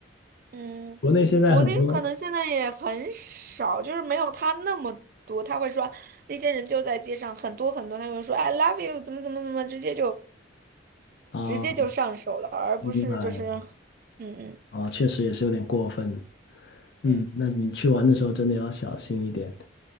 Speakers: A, on the right; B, on the left.
A: 嗯，
B: 国内现在很多
A: 国内可能现在也很少，就是没有他那么多。他会说那些人就在街上很多很多，他会说 "I love you" 怎么怎么怎么，直接就
B: 啊，
A: 直接就上手了，而不是就是，
B: 明白
A: 嗯嗯
B: 啊，确实也是有点过分。嗯，
A: 嗯，
B: 那你去玩的时候真的要小心一点。